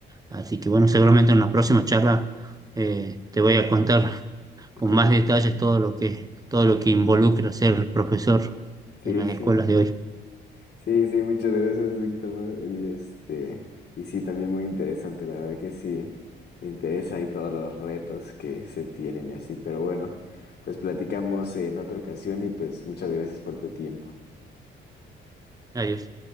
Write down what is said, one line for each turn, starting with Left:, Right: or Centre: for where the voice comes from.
Right: Así que, bueno, seguramente en la próxima charla eh, te voy a contar con
Left: <laughs>
Right: más detalles todo lo que, todo lo que involucra ser profesor
Left: Sí,
Right: en las
Left: sí.
Right: escuelas de hoy.
Left: Sí, sí, muchas gracias, Víctor, ¿no? Y este, y sí, también muy interesante, la verdad que sí, me interesa y todos los retos que se tienen y así, pero bueno, pues platicamos en otra ocasión y pues muchas gracias por tu tiempo.
Right: Adiós.